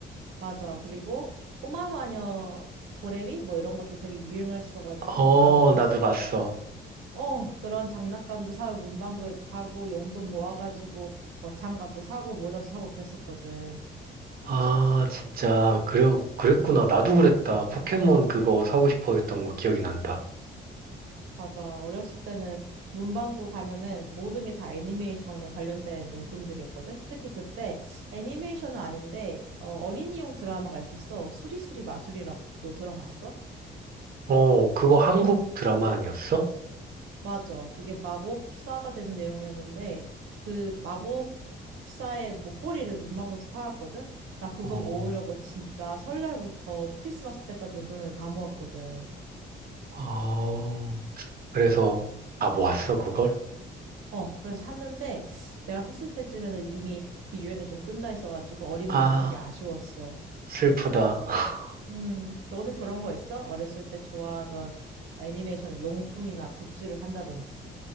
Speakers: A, on the right; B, on the right.
A: 맞아. 그리고 꼬마 마녀 도레미? 뭐 이런 것도 되게 유행을 써가지고,
B: 어,
A: 나는 어렸을
B: 나도 봤어.
A: 어, 그런 장난감도 사러 문방구에도 가고, 용돈 모아가지고, 뭐 장갑도 사고, 모자도 사고 그랬었거든.
B: 아, 진짜, 그래, 그랬구나. 나도 그랬다. 포켓몬 그거 사고 싶어 했던 거 기억이 난다.
A: 맞아. 어렸을 때는 문방구 가면은 모든 게 다 애니메이션에 관련된 용품들이었거든. 특히 그때 애니메이션은 아닌데 어, 어린이용 드라마가 있었어. 수리수리 마술이라고 너 들어봤어?
B: 어, 그거 한국 드라마 아니었어?
A: 맞아. 그게 마법사가 되는 내용이었는데 그 마법사의 목걸이를 문방구에서 팔았거든. 나 그거
B: 어,
A: 모으려고 진짜 설날부터 크리스마스 때까지 용돈을 다 모았거든.
B: 어, 그래서 다 모았어, 그걸?
A: 어, 그래서 샀는데 내가 샀을 때쯤에는 이미 그 유행이 좀 끝나 있어가지고 어린
B: 아,
A: 마음에 되게 아쉬웠어.
B: 슬프다. <laughs>
A: 음, 너는 그런 거 있어? 어렸을 때 좋아하던 애니메이션의 용품이나 굿즈를 산다든지.